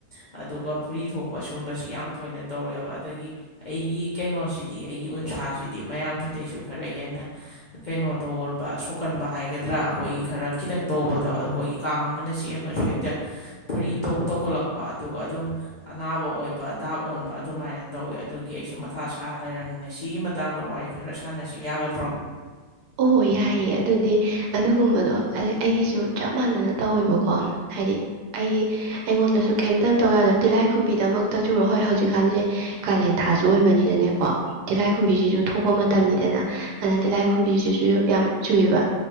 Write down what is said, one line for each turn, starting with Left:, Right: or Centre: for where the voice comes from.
Left: ꯑꯗꯨꯒ ꯐꯨꯔꯤ ꯊꯣꯛꯄ ꯀ ꯁꯨꯝꯕꯁꯤ ꯌꯥꯝ ꯇꯣꯏꯅ ꯇꯧꯔꯦꯕ ꯑꯗꯒꯤ ꯑꯩꯒꯤ ꯀꯩꯅꯣꯁꯤ ꯑꯩꯒꯤ ꯎꯟꯁꯥꯁꯤ ꯃꯌꯥꯝꯗ ꯈ ꯍꯦ ꯀꯩꯅꯣ ꯇ ꯁꯣꯛꯀꯟꯕ ꯍꯥꯏꯒꯗ꯭ꯔꯥ ꯑꯩꯈꯣꯏꯒꯤ ꯈꯔ ꯈꯤꯇꯪ ꯇꯧꯕꯗ ꯑꯩꯈꯣꯏꯒꯤ ꯀꯥꯡ ꯑꯃꯅ ꯆꯦ ꯑꯃꯁꯨ ꯍꯦꯛꯇ ꯐꯨꯔꯤ ꯇꯧꯈꯠꯂꯛꯄ ꯑꯗꯨꯒ ꯑꯗꯨꯝ ꯑꯅꯥꯕ ꯑꯣꯏꯕ ꯗꯥꯛ ꯑꯣꯟꯕ ꯑꯗꯨꯃꯥꯏꯅ ꯇꯧꯋꯤ ꯑꯗꯨꯒꯤ ꯑꯩꯁꯨ ꯃꯊꯥ ꯁꯥꯔ ꯂꯩꯔꯕꯝꯅꯤꯅ ꯁꯤꯒꯤ ꯃꯇꯥꯡꯗ ꯋꯥꯔꯤ ꯑꯩ ꯈꯔ ꯁꯥꯟꯅꯁꯤ ꯌꯥꯒꯗ꯭ꯔꯣ
Right: ꯑꯣ ꯌꯥꯏꯌꯦ ꯑꯗꯨꯗꯤ ꯑꯗꯨꯒꯨꯝꯕꯗꯣ ꯑꯩꯒꯤꯁꯨ ꯆꯞ ꯃꯥꯟꯅꯅ ꯇꯧꯋꯦꯕꯀꯣ ꯍꯥꯏꯗꯤ ꯑꯩꯒꯤ ꯑꯩꯉꯣꯟꯗꯁꯨ ꯀꯩꯝꯇꯪ ꯇꯧꯋꯦꯗꯣ ꯇꯤꯜꯂꯥꯏꯈꯨꯝꯕꯤꯗꯃꯛꯇ ꯆꯨꯔ ꯍꯣꯏ ꯍꯧꯖꯤꯛꯀꯥꯟꯁꯦ ꯀꯥꯂꯦꯟ ꯊꯥꯁꯨ ꯑꯣꯏꯕꯅꯤꯅꯅꯦꯀꯣ ꯇꯤꯜꯍꯥꯏꯈꯨꯝꯕꯤꯁꯤꯁꯨ ꯊꯣꯛꯄ ꯃꯇꯝꯅꯤꯗꯅ ꯑꯗꯨꯅ ꯇꯤꯜꯂꯥꯏ ꯈꯨꯝꯕꯤꯁꯤꯁꯨ ꯌꯥꯝ ꯆꯨꯏꯑꯕ